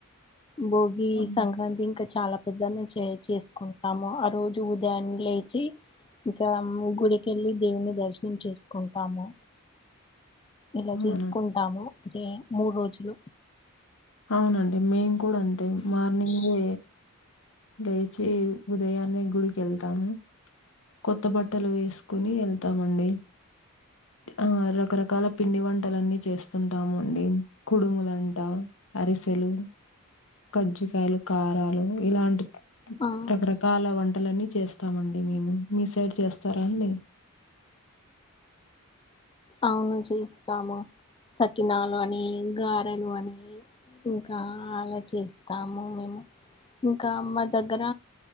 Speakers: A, on the left; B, on the left.
A: భోగి
B: అవును.
A: ఈ సంక్రాంతి ఇంకా చాలా పెద్దనే చే చేసుకుంటాము ఆ రోజు ఉదయాన్నే లేచి ఇంకా ము గుడికెళ్ళి దేవుని దర్శనం చేసుకుంటాము ఇలా
B: అవునా
A: చేసుకుంటాము ఈ మూడు రోజులు
B: అవునండి మేము కూడ అంతే మార్నింగే లేచి ఉదయాన్నే గుడికి వెళ్తాము కొత్త బట్టలు వేసుకుని వెళ్తామండి ఆ రకరకాల పిండి వంటలన్నీ చేస్తుంటాము అండి కుడుములంటా అరిసెలు కజ్జికయలు కారాలు ఇలాంటి
A: ఆ
B: రకరకాల వంటలన్నీ చేస్తామండి మేము మీ సైడ్ చేస్తారా అండి
A: అవును చేస్తాము సకినాలు అని గారెలు అని ఇంకా అలా చేస్తాము మేము ఇంకా మా దగ్గర